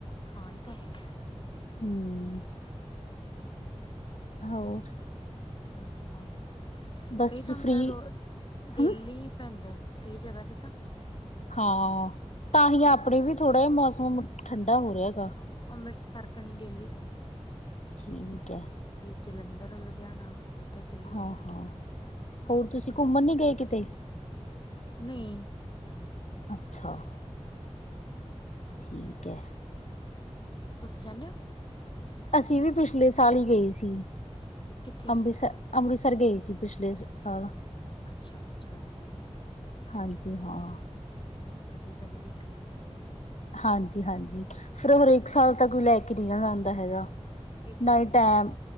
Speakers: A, on the left (about 45°); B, on the left (about 75°).
A: ਹਾਂ ਇਹ ਤਾਂ ਹੈ!
B: ਹਮ ਹੋਰ?
A: ਹੋਰ, ਸੁ
B: ਬਸ
A: ਕਈ
B: ਤੁਸੀਂ
A: ਥਾ
B: ਫ੍ਰਰੀ
A: ਤਾਂ ਰੋ, ਡੇਲੀ
B: ਹਮ
A: ਹੀ ਪੈਂਦਾ ਹੈ। ਕਈ ਜਗ੍ਹਾ 'ਤੇ ਤਾਂ।
B: ਹਾਂ ਤਾਂ ਹੀ,
A: ਅੰਬਰ
B: ਆਪਣੇ ਵੀ ਥੋੜ੍ਹਾ ਜਿਹਾ ਮੌਸਮ ਠੰਡਾ ਹੋ ਰਿਹਾ‌।
A: ਹਾਂ, ਅੰਮ੍ਰਿਤਸਰ ਕਣੀ ਡੇਲੀ ਪਿਆ।
B: ਠੀਕ ਹੈ।
A: ਜਲੰਧਰ ਔਰ ਲੁਧਿਆਣਾ। ਉੱਧਰ ਡੇਲੀ ਪੈਂਦਾ
B: ਹਾਂ, ਹੋਰ, ਤੁਸੀਂ ਘੁੰਮਣ ਨੀ ਗਏ ਕਿਤੇ?
A: ਨਹੀਂ।
B: ਅੱਛਾ। ਠੀਕ ਹੈ।
A: ਤੁਸੀਂ ਜਾਦੇ ਹੋ?
B: ਅਸੀਂ ਵੀ, ਪਿਛਲੇ ਸਾਲ ਹੀ ਗਏ ਸੀ,
A: ਕਿੱਥੇ
B: ਅੰਮ੍ਰਿਤਸਰ। ਅੰਮ੍ਰਿਤਸਰ ਗਏ ਸੀ। ਪਿਛਲੇ ਸਾਲ,
A: ਅੱਛਾ, ਚਲੋ, ਵਧੀਆ।
B: ਹਾਂਜੀ, ਹਾਂ।
A: ਹਾਂ, ਵਧੀਆ, ਜਗ੍ਹਾ ਦੇਖਣ ਲਈ।
B: ਹਾਂਜੀ, ਹਾਂਜੀ, ਫਿਰ, ਹਰੇਕ ਸਾਲ ਤਾਂ, ਕੋਈ ਲੈ ਕੇ ਵੀ ਨਹੀਂ ਜਾਂਦਾ ਹੈਗਾ।
A: ਇਹ ਤਾਂ
B: ਨਾ
A: ਹੈ
B: ਟਮ